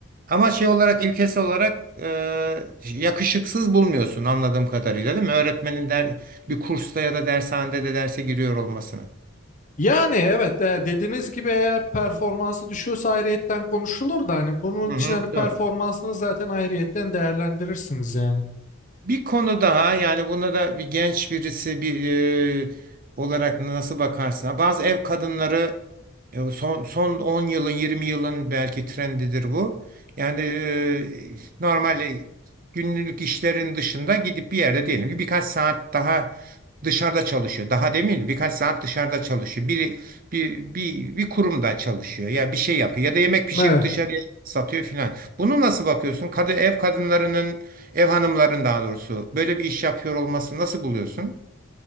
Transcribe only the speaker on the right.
Ama şey olarak ilkesi olarak e, yakışıksız bulmuyorsun anladığım kadarıyla değil mi? Öğretmenin der, bir kursta ya da dershanede de derse giriyor olmasını.
Hı
hı,
doğru.
Bir konu daha yani buna da bir genç birisi bir e, olarak nasıl bakarsın? Bazı ev kadınları e, son son 10 yılın 20 yılın belki trendidir bu. Yani e, normal e, günlük işlerin dışında gidip bir yerde diyelim ki birkaç saat daha dışarıda çalışıyor. Daha demin birkaç saat dışarıda çalışıyor. Bir bir bir bir kurumda çalışıyor ya bir şey yapıyor ya da yemek pişirip
dışarıya satıyor filan. Bunu nasıl bakıyorsun? Kadı ev kadınlarının Ev hanımların daha doğrusu böyle bir iş yapıyor olması nasıl buluyorsun?